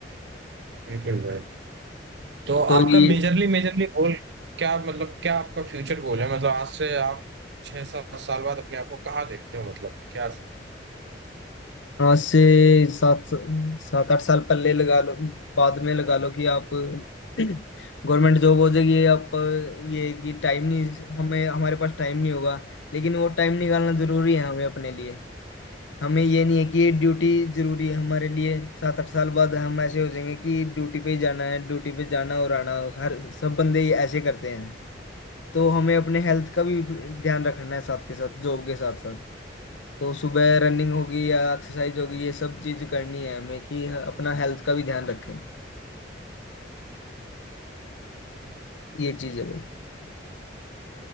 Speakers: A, on the right; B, on the left.
A: बिल्कुल भाई। तो
B: तो
A: आपका
B: ये
A: मेजरली मेजरली गोल क्या मतलब क्या आपका फ्यूचर गोल है मतलब आज से आप छह सात साल बाद अपने आप को कहाँ देखते हो मतलब क्या
B: आज से सात सात आठ साल पहले लगा लो बाद में लगा लो कि आप <clears throat> गवर्नमेंट जॉब हो जाएगी ये आप ये कि टाइम नहीं हमें हमारे पास टाइम नहीं होगा लेकिन वो टाइम निकालना जरूरी है हमें अपने लिए हमें ये नहीं है कि ये ड्यूटी जरूरी है हमारे लिए सात आठ साल बाद हम ऐसे हो जाएंगे कि ड्यूटी पे ही जाना है ड्यूटी पे जाना और आना हर सब बंदे ये ऐसे करते हैं तो हमें अपने हेल्थ का भी ध्यान रखना है साथ के साथ जॉब के साथ साथ तो सुबह रनिंग होगी या एक्सरसाइज होगी ये सब चीज करनी है हमें कि अपना हेल्थ का भी ध्यान रखें ये चीज है भाई